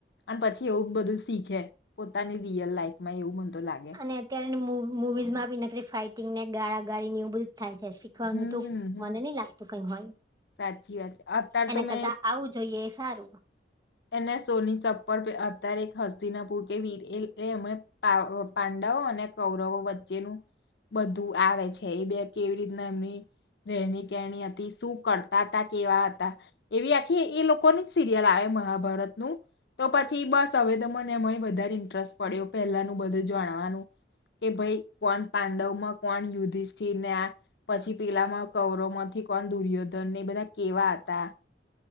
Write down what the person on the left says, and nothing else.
અને પછી એવું બધું શીખે પોતાની રીયલ લાઈફ માં એવું મન તો લાગે
હમ
હમ
સાચી વાત છે અત્યારે
તો મેં
એક
એને સોની ચપ્પર અત્યારે એક હસ્તીના પુર કે વીર એ અમે પાંડવો અને કૌરવો વચ્ચેનું બધું આવે છે એ બે કેવી રીતના એમની રહેણી કેણી હતી શું કરતા હતા કેવા હતા એવી આખી એ લોકોની જ સિરિયલ આવે મહાભારતનું તો પછી બસ હવે તો મને એમાં વધારે ઇન્ટરેસ્ટ પડ્યો પહેલાનું બધું જાણવાનું કે ભાઈ કોણ પાંડવ માં કોણ યુધિષ્ઠિ ને આ પછી પેલામાં કવરો માંથી કોણ દુર્યોધન ને બધા કેવા હતા